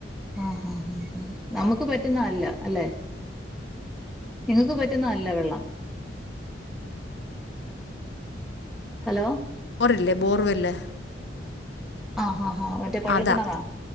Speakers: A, in the centre; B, on the left.
A: ആ ആ ആ നമുക്ക് പറ്റുന്ന അല്ല അല്ലെ നിങ്ങക്ക് പറ്റുന്ന അല്ല വെള്ളം ഹലോ
B: ബോറല്ലേ ബോർവെല്ല്
A: അ ആ ഹാ മറ്റേ കുഴൽ
B: അതാ
A: കിണറാ